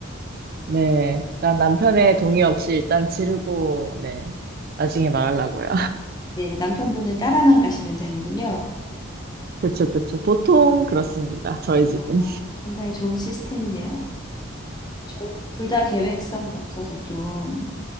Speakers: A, on the right; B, on the left.
A: 네. 난 남편의 동의 없이 일단 지르고, 네. 나중에 말하려고요.
B: 네, 남편분은 따라만 가시면 되는군요.
A: 그쵸, 그쵸. 보통 그렇습니다. 저희 집은.
B: 아, 굉장히 좋은 시스템이네요. 저희 둘 다 계획성이 없어서 좀.